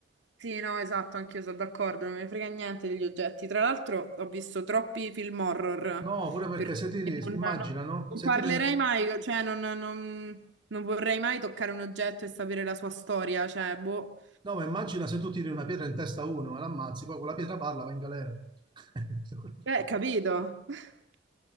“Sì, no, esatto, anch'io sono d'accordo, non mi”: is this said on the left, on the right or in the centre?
Right